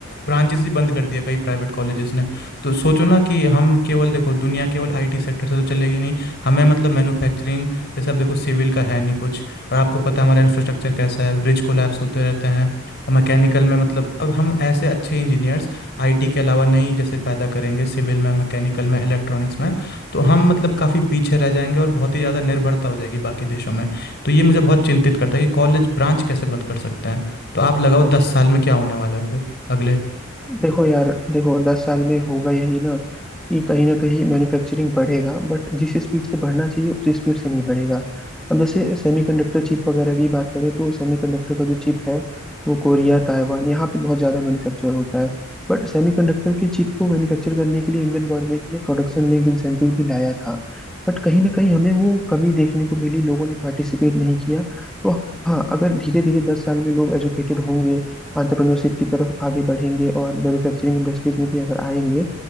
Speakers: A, on the left; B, in the centre.
A: ब्रांचेस ही बंद कर दिया कई प्राइवेट कॉलेजेस ने तो सोचो ना कि हम केवल देखो दुनिया केवल आईटी सेक्टर से तो चलेगी नहीं हमें मतलब मैन्युफैक्चरिंग जैसे अब देखो सिविल का है नहीं कुछ और आपको पता है हमारा इंफ्रास्ट्रक्चर कैसा है ब्रिज कोलैप्स होते रहते हैं और मैकेनिकल में मतलब अब हम ऐसे अच्छे इंजीनियर्स आईटी के अलावा नहीं जैसे पैदा करेंगे सिविल में मैकेनिकल में इलेक्ट्रॉनिक्स में तो हम मतलब काफ़ी पीछे रह जाएंगे और बहुत ही ज़्यादा निर्भरता हो जाएगी बाकी देशों में तो ये मुझे बहुत चिंतित करता है कि कॉलेज ब्रांच कैसे बंद कर सकते हैं तो आप लगाओ दस साल में क्या होने वाला है फिर अगले
B: देखो यार देखो दस साल में होगा यही ना कि कहीं ना कहीं मैन्युफैक्चरिंग बढ़ेगा बट जिस स्पीड से बढ़ना चाहिए उसी स्पीड से नहीं बढ़ेगा अब जैसे सेमीकंडक्टर चिप वगैरह की बात करें तो सेमीकंडक्टर का जो चिप है वो कोरिया ताइवान यहाँ पे बहुत ज़्यादा मैन्युफैक्चर होता है बट सेमीकंडक्टर के चिप को मैन्युफैक्चर करने के लिए इंडियन गवर्नमेंट ने प्रोडक्शन लिंक इंसेंटिव भी लाया था बट कहीं ना कहीं हमें वो कमी देखने को मिली लोगों ने पार्टिसिपेट नहीं किया तो हाँ अगर धीरे धीरे दस साल में लोग एजुकेटेड होंगे एंटरप्रेन्योरशिप की तरफ आगे बढ़ेंगे और मैन्युफैक्चरिंग इंडस्ट्रीज में भी अगर आएंगे